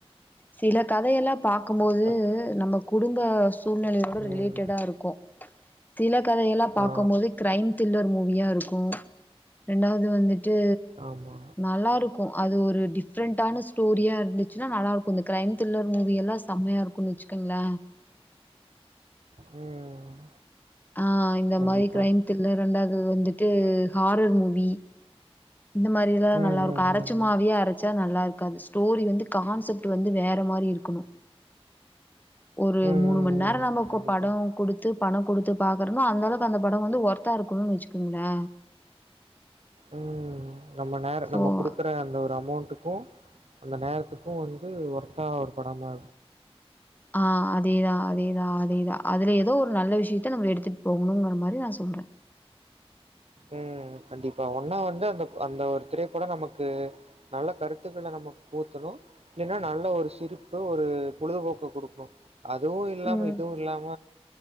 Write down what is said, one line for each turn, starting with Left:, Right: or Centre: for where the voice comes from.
Left: சில கதயெல்லா பாக் கும்போது
Right: பத்
Left: நம்ம குடும்ப சூழ்நிலையோட
Right: ம்.
Left: ரிலேட்டடா இருக்கு சில கதயெல்லா பாக்கும்
Right: ஆ
Left: போது கிரைம் திரில்லர் மூவியா இருக்கு ரெண்டாவது வந்து டு
Right: ஆமா.
Left: நல்லா இருக்கு அது ஒரு டிஃப்ரெண் டான ஸ்டோரியா இருந்துசுனா நல்லாருக்கு இந்த கிரைம் த்ரில்லர் மூவியெல்லா செமையா இருக்குனு வச்சுக்கங்ளே
Right: ம்
Left: ஆ இந்த
Right: கண்டிப்பா.
Left: மாரி க்ரைம் த்ரில்லர் ரெண்டாவது வந்துட்டு ஹாரர் மூவி இந்த மாரி லா
Right: ம்,
Left: நல்லா இருக்கு
Right: ம்,
Left: அர
Right: ம்,
Left: சும்மாவே
Right: ம்.
Left: அரச்சா நல்லா இருக்காது ஸ்டோரி வந்து கான்சப்ட் வந்து வேற மாரி இருக்கணு ஒரு
Right: ம்,
Left: மூணு
Right: ம்,
Left: மண்நேர
Right: ம்.
Left: நமக்கு
Right: கண்டிப்பா.
Left: பட குடுத்து பண குடுத்து பாக்றேனா அந்த அளவு ப அந்த பட வந்து ஒர்த்தா இருக்கணு வச்சுக்கோங்ளே
Right: ம் நம்ம நேர
Left: சோ
Right: நம்ம குடுக்க ப அந்த ஒரு அமௌண்ட்டுக்கு அந்த நேரத்துக்கு வந்து ஒர்த்தா ஒரு படமா
Left: ஆ அதேதா அதேதா அதேதா அதுல ஏதோ ஒரு நல்ல விஷயத்த நம்ம எடுத்துட் போகணுங்ற மாரி நா சொல்றே
Right: ம் கண்டிப்பா ஒன்னா வந்து அந்த அந்த ஒரு திரைப்பட நமக்கு நல்ல கருத்துகள நம்ம பூத்தணு இல்லன்னா நல்ல ஒரு சிரிப்பு ஒரு பொழுதுபோக்க குடுக்கும் அதுவு இல்லாம
Left: ம்.
Right: இதுவு இல்லாம